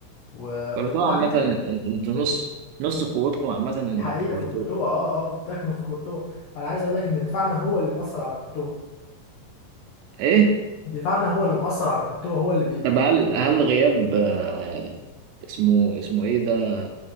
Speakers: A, on the left; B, on the right.
A: و...
B: كورتوا
A: ودفاعنا
B: عامه ان- انتوا نص نص قوتكم عامه
A: حقيقه
B: في كورتوا
A: في كورتوا اه اه بتكمن في كورتوا انا عايز اقول لك ان دفاعنا هو اللي مأثر على كورتوا
B: ايه
A: دفاعنا هو اللي مأثر على كورتوا هو اللي بي...
B: طب
A: بي...
B: هل هل غياب آه، اسمه اسمه ايه ده